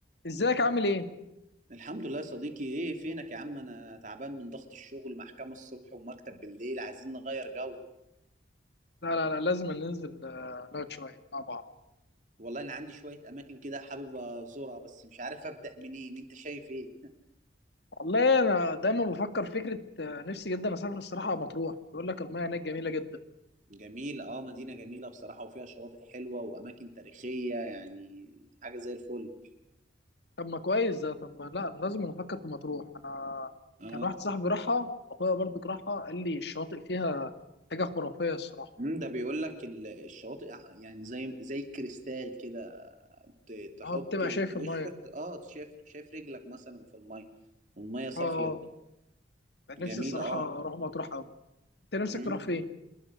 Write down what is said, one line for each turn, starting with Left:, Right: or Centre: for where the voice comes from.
Left: ازيك عامل ايه؟
Right: الحمد لله يا صديقي ايه فينك يا عم انا تعبان من ضغط الشغل محكمة الصبح ومكتب بالليل عايزين نغير جو
Left: لا لا لا لازم ننزل آه، نقعد شويه مع بعض
Right: والله انا عندي شوية اماكن كده حابب ازورها بس مش عارف ابدأ منين انت شايف ايه <laughs>
Left: والله انا دايما بفكر فكره آه، نفسي جدا اسافر الصراحه مطروح يقول لك المياه هناك جميله جدا
Right: جميل اه مدينة جميلة بصراحة وفيها شواطئ حلوة واماكن تاريخية يعني حاجة زي الفل
Left: طب ما كويس ده طب ما لا لازم نفكر في مطروح انا
Right: اه
Left: كان واحد صاحبي راحها واخويا برضو راحها قال لي الشواطئ فيها حاجه خرافيه الصراحه
Right: أمم، ده بيقول لك ال- الشواطئ آه، يعني زي زي الكريستال كده ت- تحط
Left: اه بتبقى شايف
Right: وشك
Left: المياه
Right: اه شايف شايف رجلك مثلا في المية والمية صافية
Left: اه اه كان نفسي
Right: جميلة
Left: الصراحه اروح مطروح قوي انت نفسك
Right: اه
Left: تروح فين؟